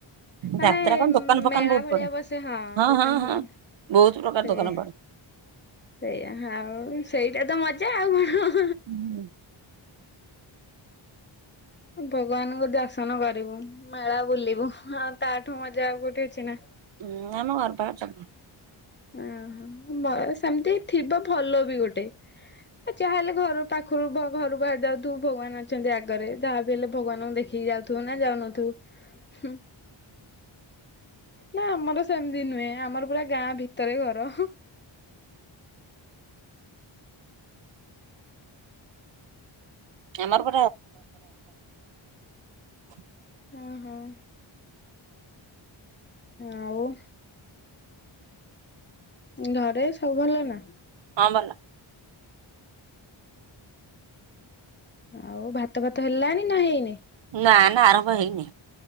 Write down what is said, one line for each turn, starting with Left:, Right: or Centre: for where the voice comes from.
Left: ମାନେ
Right: ଯାତ୍ରା କଣ ଦୋକାନ ଫୋକାନ
Left: ମେଳା
Right: ବହୁତ
Left: ଭଳିଆ
Right: ପଡେ
Left: ବସେ ହଁ ଦୋକାନ
Right: ହଁ
Left: ଫୋକାନ
Right: ହଁ। ବହୁତ ପ୍ରକାର
Left: ସେଇା
Right: ଦୋକାନ ପଡେ।
Left: ସେଇଆ ଆଉ ସେଇଟା ତ ମଜା ଆଉ କ
Right: ହୁଁ।
Left: ଭଗବାନଙ୍କୁ ଦର୍ଶନ କରିବୁ ମେଳା ବୁଲିବୁ, ଆଉ ତାଠୁ ମଜା ଆଉ କୋଉଠି ଅଛି ନା?
Right: ହୁଁ ଆମ ଘର ପାଖରେ ସବୁ
Left: ଓ ହୋ ନାଇଁ ସେମିତି ଥିବା ଭଲ ବି ଗୋଟେ। ଆ ଯାହାହେଲେ ଘର ପାଖରୁ ଘରୁ ବାହାରି ଯାଉଥିବୁ, ଭଗବାନ ଅଛନ୍ତି ଆଗରେ ଯାହା ହେଲେ ଭଗବାନଙ୍କୁ ଦେଖିକି ଯାଉଥିବ ନା ଯାଉନଥିବ? ନା ଆମର ସେମିତି ନୁହେଁ, ଆମର ପୁରା ଗାଁ ଭିତରେ ଘର। ହୁଁ।
Right: ଆମର ପ <unintelligible>
Left: ହଁ - ହଁ। ଆଉ ଘରେ ସବୁ ଭଲ ନା?
Right: ହଁ ଭଲ।
Left: ଆଉ ଭାତ ଫାତ ହେଲାଣି ନା ହେଇନି?
Right: ନା ନା ଆରମ୍ଭ ହେଇନି।